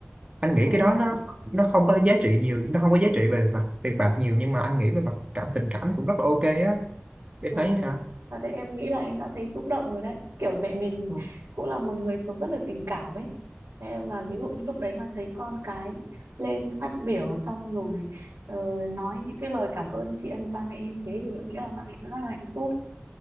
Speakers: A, on the right; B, on the right.
A: anh nghĩ
B: ừ,
A: cái đó nó nó không có giá trị nhiều nó không có giá trị về mặt tiền bạc nhiều nhưng mà anh nghĩ về mặt cảm tình cảm thì cũng rất là ok á em
B: Ừ,
A: thấy sao
B: thật đấy em nghĩ là em đã thấy xúc động rồi đấy. Kiểu mẹ mình
A: Ừ.
B: cũng là một người sống rất là tình cảm ấy. Em mà ví dụ như lúc đấy mà thấy con cái lên phát biểu xong rồi ờ, nói những cái lời cảm ơn tri ân ba mẹ như thế thì em nghĩ là ba mẹ sẽ rất là hạnh phúc.